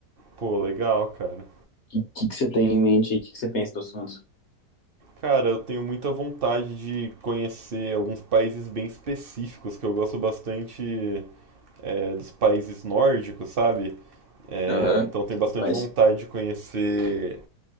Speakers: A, on the right; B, on the left.
A: Pô, legal, cara.
B: que, que, que você tem em mente aí? O que, que você pensa do assunto?
A: Cara, eu tenho muita vontade de conhecer alguns países bem específicos que eu gosto bastante é, dos países nórdicos, sabe? É,
B: Aham,
A: então tenho bastante
B: Rapaz,
A: vontade de conhecer